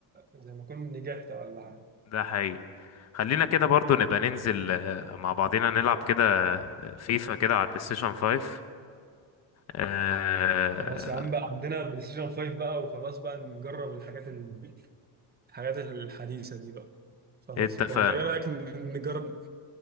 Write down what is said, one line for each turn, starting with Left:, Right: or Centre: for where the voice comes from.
Right: زي ما كنت نجحت ولا حاجه
Left: ده حقيقي خلينا كده برضو نبقى ننزل آه، مع بعضينا نلعب كده آه، فيفا كده على البلاي ستيشن 5 آه،
Right: خلاص يا عم بقى عندنا بلاي ستيشن 5 بقى وخلاص بقى نجرب الحاجات ال... الحاجات الحديثة دي بقى خلاص
Left: اتفقنا
Right: ولا ايه رأيك ن- نجرب